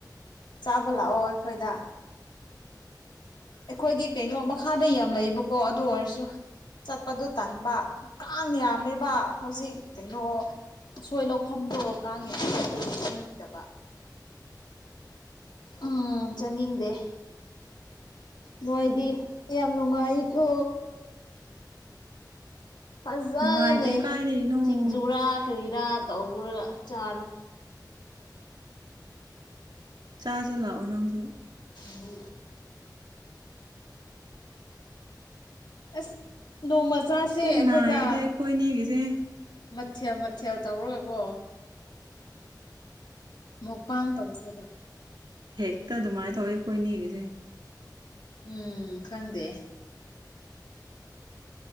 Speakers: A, on the left; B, on the right.
A: ꯆꯥꯕ ꯂꯥꯛꯑꯣ ꯑꯩꯈꯣꯏꯗ ꯑꯩꯈꯣꯏꯗꯤ ꯀꯩꯅꯣ ꯃꯈꯥꯗ ꯌꯥꯝ ꯂꯩꯌꯦꯕꯀꯣ ꯑꯗꯨ ꯑꯣꯏꯔꯁꯨ ꯆꯠꯄꯗꯨ ꯇꯟꯕ ꯀꯥꯡ ꯌꯥꯝꯃꯦꯕ ꯍꯧꯖꯤꯛ ꯀꯩꯅꯣ ꯑꯁꯣꯏ ꯂꯧꯐꯝꯗꯣ ꯀꯥꯡꯉꯦꯗꯤ ꯆꯪꯅꯤꯡꯗꯕ ꯎꯝ ꯆꯠꯅꯤꯡꯗꯦ ꯅꯣꯏꯗꯤ ꯌꯥꯝ ꯅꯨꯡꯉꯥꯏꯀꯣ ꯐꯖꯅ
B: ꯅꯨꯡꯉꯥꯏꯇꯦ ꯀꯥꯏꯗꯩꯅꯣ
A: ꯁꯤꯡꯖꯨꯔꯥ ꯀꯔꯤꯔꯥ ꯇꯧꯈ꯭ꯔꯒ ꯆꯥꯔꯣ
B: ꯆꯥꯁꯦ ꯂꯥꯛꯑꯣ ꯅꯪꯁꯨ
A: ꯍꯣ ꯑꯁ ꯅꯣꯡꯃ ꯆꯥꯁꯦ
B: ꯄꯨꯛ
A: ꯑꯩꯈꯣꯏꯗ
B: ꯅꯥꯏꯌꯦꯗ ꯑꯩꯈꯣꯏꯅꯤꯒꯤꯁꯦ
A: ꯃꯊꯦꯜ ꯃꯊꯦꯜ ꯇꯧꯔꯒꯀꯣ ꯃꯨꯛꯄꯥꯡ ꯇꯧꯁꯦꯕ
B: ꯍꯦꯛꯇ ꯑꯗꯨꯃꯥꯏꯅ ꯇꯧꯋꯤ ꯑꯩꯈꯣꯏꯅꯤꯒꯤꯁꯦ
A: ꯎꯝ ꯈꯪꯗꯦ